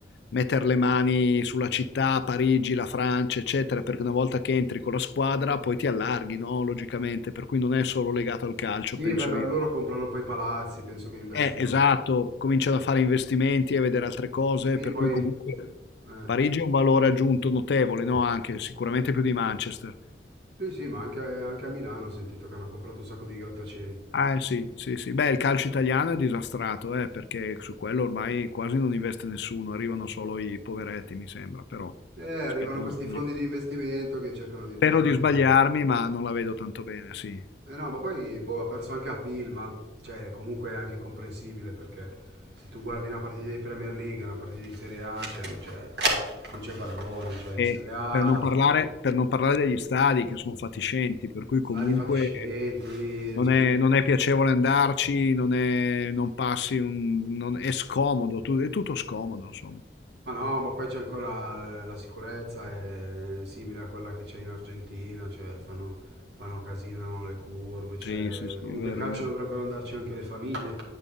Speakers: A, on the left (about 80°); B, on the right (about 80°).
A: mettere le mani sulla città, Parigi, la Francia, eccetera, perché una volta che entri con la squadra poi ti allarghi, no? Logicamente, per cui non è solo legato al calcio,
B: sì,
A: penso
B: beh, per
A: io,
B: loro
A: no?
B: comprano poi palazzi, penso che investano.
A: Eh, esatto, cominciano a fare investimenti e a vedere altre cose,
B: Sì,
A: per
B: poi
A: cui comunque
B: eh,
A: Parigi è un valore aggiunto notevole, no? Anche sicuramente più di Manchester.
B: sì, sì, ma anche, anche a Milano ho sentito che hanno comprato un sacco di grattacieli.
A: Ah, eh, sì, sì, sì. Beh, il calcio italiano è disastrato, eh, perché su quello ormai quasi non investe nessuno, arrivano solo i poveretti, mi sembra, però
B: Eh, arrivano
A: spero di
B: questi
A: sbagliarmi,
B: fondi di investimento che cercano di
A: spero
B: prendere.
A: di sbagliarmi,
B: eh.
A: ma non la vedo tanto bene, sì.
B: Eh no, ma poi boh, ha perso anche a Pil, ma cioè, comunque è anche comprensibile perché se tu guardi una partita di Premier League, e una partita di Serie A, cioè, non c'è non c'è paragone, cioè in
A: E
B: Serie A
A: per non parlare, per non parlare degli stadi che sono fatiscenti, per cui
B: stadi
A: comunque
B: fatiscenti,
A: non
B: cioè,
A: è, non è piacevole andarci, non è, non passi un, non- è scomodo, tu- è tutto scomodo, insomma.
B: ma no, ma poi c'è ancora la sicurezza, è simile a quella che c'è in Argentina, cioè fanno, fanno casino le curve, cioè,
A: Sì, sì, sì,
B: comunque
A: è vero,
B: il calcio
A: è vero.
B: dovrebbero andarci anche le famiglie,